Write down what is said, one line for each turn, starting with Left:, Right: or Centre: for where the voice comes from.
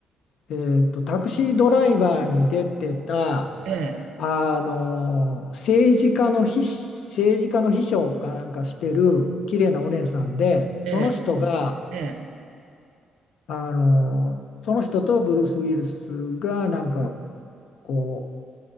Left: えーと、タクシードライバーに出てた、
Right: ええ
Left: あの、政治家の秘、政治家の秘書かなんかしてる綺麗なお姉さんで、その人が、
Right: ええええ。
Left: あの、その人とブルース・ウィルスがなんかこ